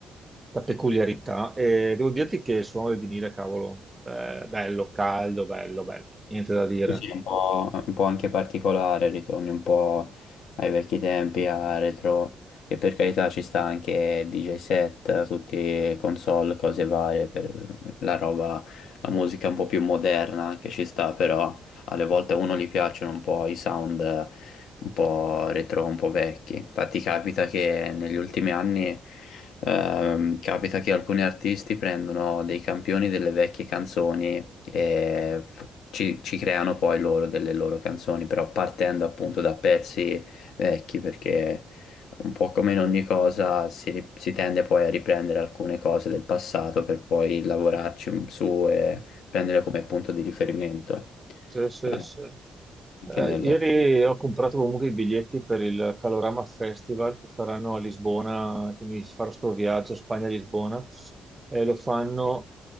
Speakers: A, on the right; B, on the left.
A: peculiarità. E devo dirti che il suono del vinile, cavolo, eh, bello, caldo, bello, bello, niente da dire.
B: Sì, sì, un po', un po' anche particolare, ritorni un po' ai vecchi tempi, a retro, che per carità ci sta anche DJ set, tutti console, cose varie, per la roba, la musica un po' più moderna anche ci sta, però alle volte a uno gli piacciono un po' i sound eh, un po' retro, un po' vecchi. Infatti capita che negli ultimi anni ehm, capita che alcuni artisti prendono dei campioni delle vecchie canzoni e f- ci, ci creano poi loro delle loro canzoni, però partendo appunto da pezzi vecchi perché un po' come in ogni cosa si, ri- si tende poi a riprendere alcune cose del passato per poi lavorarci su e prendere come punto di riferimento
A: Sì, sì,
B: eh,
A: sì.
B: anche
A: Eh,
B: nel,
A: ieri ho comprato comunque i biglietti per il Calorama Festival che faranno a Lisbona, quindi farò sto viaggio Spagna-Lisbona e lo fanno